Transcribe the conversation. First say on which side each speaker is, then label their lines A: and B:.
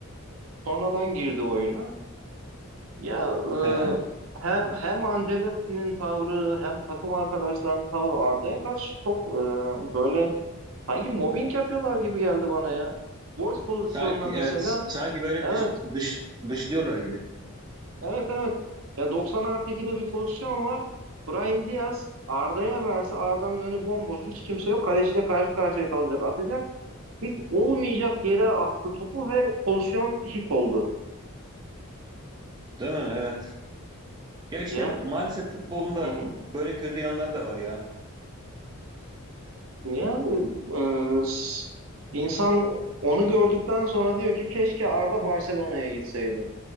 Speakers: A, on the right (about 65°); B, on the right (about 20°).
A: e, sonradan girdi oyuna. Ya e,
B: Aha.
A: hem hem Ancelotti'nin tavrı hem takım arkadaşlarının tavrı Arda'ya karşı çok e, böyle Sanki mobbing yapıyorlar gibi geldi bana ya. Boş pozisyonda
B: Sanki
A: mesela
B: evet sanki böyle
A: evet
B: dış, dış, dışlıyorlar gibi.
A: evet evet ya 90 artı 2'de bir pozisyon var. Brahim Diaz Arda'ya verse Arda'nın önü bomboş hiç kimse yok. Kaleciyle karşı karşıya kalacak atacak. Hiç olmayacak yere attı topu ve pozisyon hit oldu.
B: Değil mi? Evet. Ya işte
A: Ya
B: maalesef futbolun da
A: hı hı.
B: böyle kötü yanları da var ya.
A: Yani e, s- insan onu gördükten sonra diyor ki keşke Arda Barcelona'ya gitseydi.